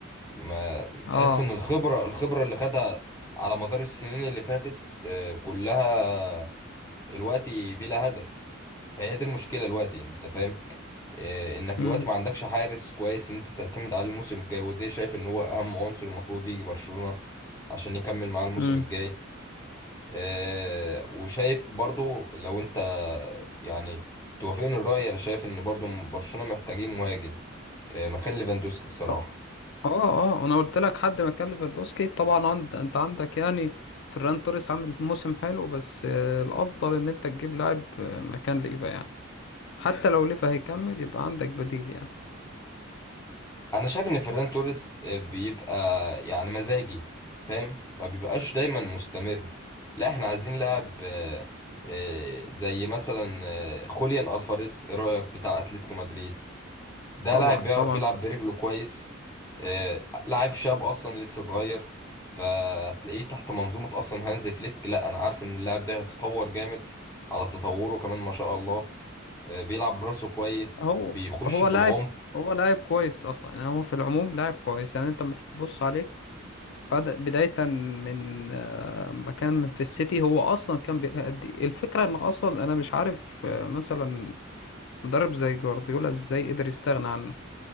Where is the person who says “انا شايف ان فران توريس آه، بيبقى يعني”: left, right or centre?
Left